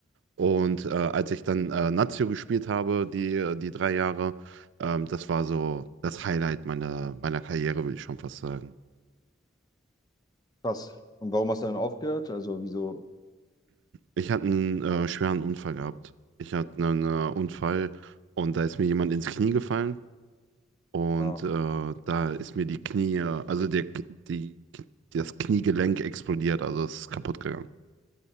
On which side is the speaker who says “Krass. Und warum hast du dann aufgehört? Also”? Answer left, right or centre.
Left